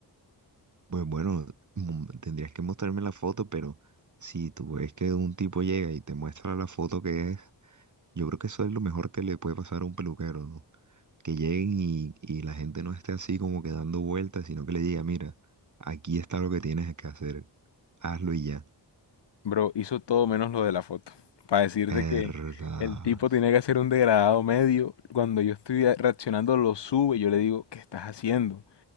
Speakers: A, on the right; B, on the left.
A: Pues bueno, mm, tendrías que mostrarme la foto, pero si tú ves que un tipo llega y te muestra la foto que es, yo creo que eso es lo mejor que le puede pasar a un peluquero, ¿no? que lleguen y, y la gente no esté así como que dando vueltas, sino que le diga, mira, aquí está lo que tienes que hacer, hazlo y ya.
B: Bro, hizo todo menos lo de la foto. Para decirte
A: Verdad.
B: que el tipo tenía que hacer un degradado medio. Cuando yo estoy a- reaccionando, lo sube. y Yo le digo, ¿qué estás haciendo?